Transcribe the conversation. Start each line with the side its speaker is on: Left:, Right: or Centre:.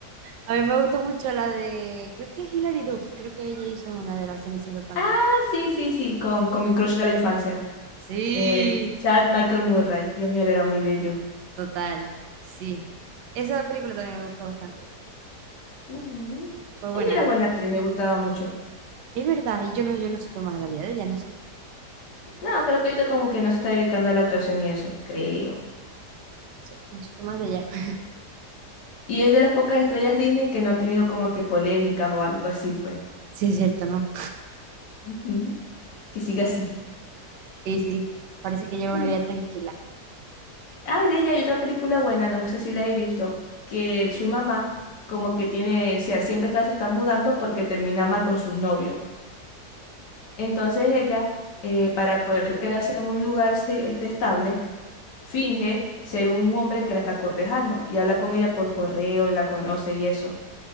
Right: A mí me gustó mucho la de, creo que es Hilary Duff, creo que ella hizo una de la Cenicienta también.
Left: Ah, sí, sí, sí, con, con mi crush de la infancia.
Right: Sí,
Left: Eh, Chad Michael Murray. Dios mío, él era muy bello.
Right: total, sí. Esa película también me gustó bastante.
Left: Ujú.
Right: Fue
Left: Ella
Right: buena.
Left: era buena actriz, me gustaba mucho.
Right: Es verdad, y yo no, yo no supe más de la vida de ella, no sé,
Left: No, creo que ahorita como que no se está dedicando a la actuación y eso, creo.
Right: no sé, no supe más de ella. <laughs>
Left: Y es de las pocas estrellas Disney que no ha tenido como que polémicas o algo así, pues.
Right: Sí, es cierto, ¿no?
Left: Ujú. Que siga así.
Right: Y sí, parece que lleva
Left: Ujú.
Right: una vida tranquila.
Left: Ah, de ella hay otra película buena, no sé si la he visto, que su mamá como que tiene, o sea, siempre está, se está mudando porque termina mal con sus novios. Entonces ella, eh, para poder quedarse en un lugar se- este, estable, finge ser un hombre que la está cortejando y habla con ella por correo y la conoce y eso,